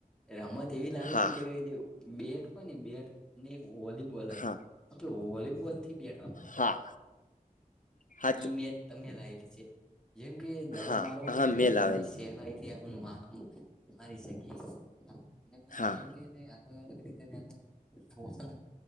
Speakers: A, in the centre; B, on the left.
A: રમત એવી લાવી
B: હા
A: તી કે જે બેટ હોય ને બેટ અને એક વોલીબોલ હોય
B: હા
A: હ વોલીબોલ બેમ
B: હા હાચું
A: મેચ તમે લેલી છે જેમ કે દડો
B: હા
A: મારો હોય
B: હા
A: ને તો
B: મેલ
A: આપણને
B: આવેલી
A: સહેલાઈ થી આપને મારી શકીશ અને પછી
B: હા
A: જેમ કે તે અલગ અલગ રીતે તેનું પોષણ